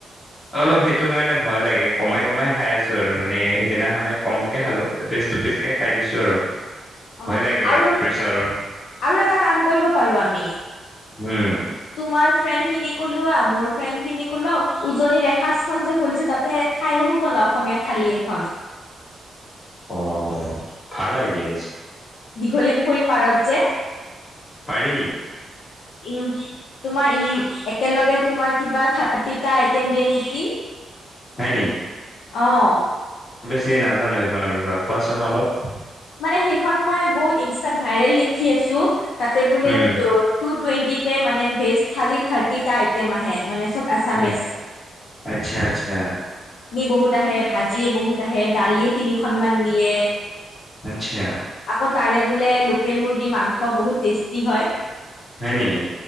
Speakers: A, on the left; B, on the left.
A: অলপ সেইটো কাৰণে ভয় লাগে কমাই কমাই খাই আছোঁ আৰু মানে সেইদিনাখনে কমকে খালোঁ এপিচ দুপিচ কে খাই দিছো আৰু। ভয়
B: অ',
A: লাগে
B: আৰু
A: প্ৰেছাৰৰ
B: আৰু এটা কাম কৰিব পাৰোঁ আমি
A: উম
B: তোমাৰ ফ্ৰেড খিনিক ওলোৱা, মোৰ ফ্ৰেণ্ড খিনিক ওলাও উজনিৰ এসাঁজখন যে খুলিছে তাতে খাই আহো ব'লা অসমীয়া থালি এখন।
A: অ', ভাল আইডিয়া দিছ
B: দীঘলীপুখুৰীৰ পাৰত যে,
A: পাৰি
B: উম। তোমাৰ ই একেলগে তোমাৰ কিবা থাৰ্টি এটা আইটেম দিয়ে নেকি?
A: হয়
B: অ',
A: সেই নাজানো সেইখনৰ বিষয়ে কোৱাচোন অলপ।
B: মানে সেইখন মই বহুত ইনষ্টা ভাইৰেল দেখি আছো। তাতে বোলে
A: উম
B: টু-টুৱেণ্টিত, মানে ভেজ থালি থাৰ্টিটা আইটেম আহে। মানে চব আছামিচ।
A: হয় আচ্ছা আচ্ছা
B: বহুত আহে ভাজিয়ে বহুত আহে দালিয়ে তিনিখন মান দিয়ে।
A: আচ্ছা,
B: আকৌ তাৰে বোলে লোকেল মুৰ্গী মাংস বহুত টেষ্টি হয়।
A: হয় নেকি?